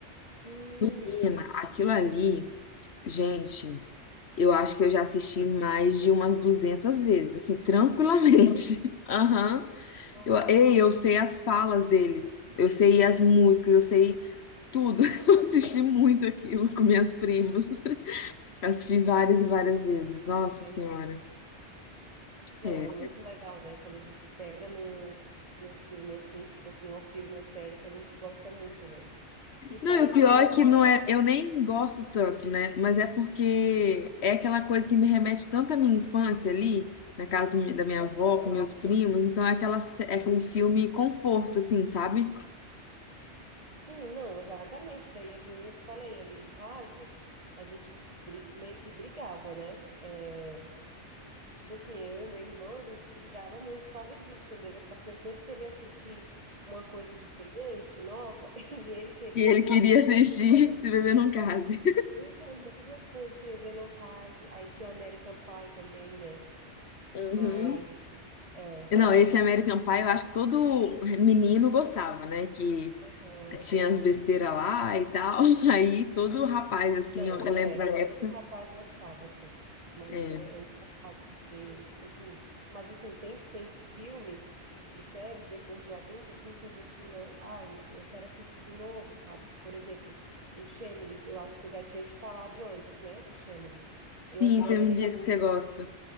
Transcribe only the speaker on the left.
Menina, aquilo ali, gente, eu acho que eu já assisti mais de umas 200 vezes, assim, tranquilamente.
<laughs> Aham.
Eu, ei, eu sei as falas deles, eu sei as músicas, eu sei Tudo. <laughs> Eu assisti muito aquilo com minhas primas. <laughs> Assisti várias e várias vezes. Nossa
Senhora.
É.
Não, e o pior
é que não
é, eu nem gosto tanto, né? Mas é porque é aquela coisa que me remete tanto à minha infância ali, na casa mi- da minha
avó, com meus primos. Então é, aquela, sé- é aquele filme conforto, assim, sabe?
E ele
queria
assistir <laughs> Se Beber Não Case.
Uhum.
Não, esse American Pie, eu acho que todo menino gostava, né? Que
tinha as besteiras lá e tal. <laughs> Aí todo rapaz, assim,
ó, eu lembro
da época.
é,
Sim,
você me disse que você gosta.